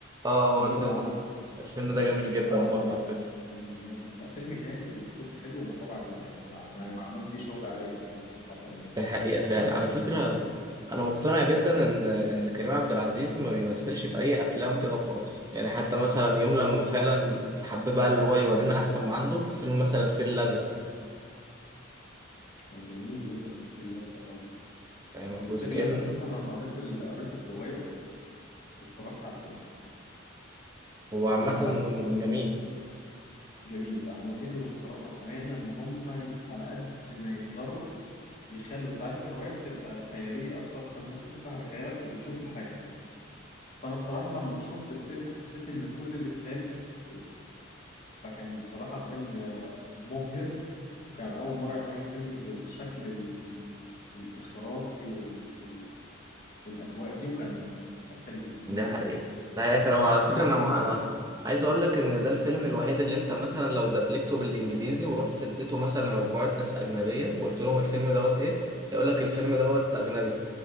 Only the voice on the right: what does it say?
اه هو
الفيلم
ده الفيلم ده جميل جدا
برضه
على فكره
ده حقيقة فعلا
على فكرة
أنا مقتنع جدا
إن
إن كريم عبد العزيز ما بيمثلش في أي أفلام كده وخلاص يعني حتى مثلا يوم لما فعلا حب بقى اللي هو يورينا أحسن ما عنده في فيلم مثلا الفيل الأزرق
يعني
جزئين
هو
عامة
جميل
ده
حقيقة ده حقيقة فعلا وعلى فكرة
أنا
أنا عايز أقول لك إن ده الفيلم الوحيد اللي أنت مثلا لو دبلجته بالإنجليزي ورحت اديته مثلا لمجموعة ناس أجنبية وقلت لهم الفيلم دوت إيه هيقول لك الفيلم دوت أجنبي